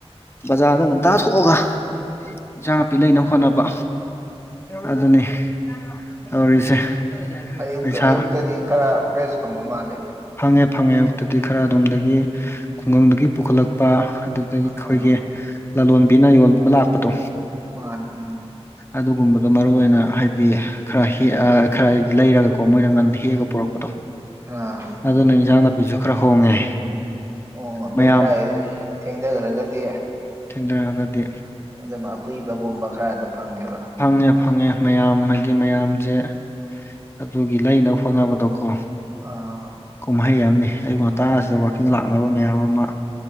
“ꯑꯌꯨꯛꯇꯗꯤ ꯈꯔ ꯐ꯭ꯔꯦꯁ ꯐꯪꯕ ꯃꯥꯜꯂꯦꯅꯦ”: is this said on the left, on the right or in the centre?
Right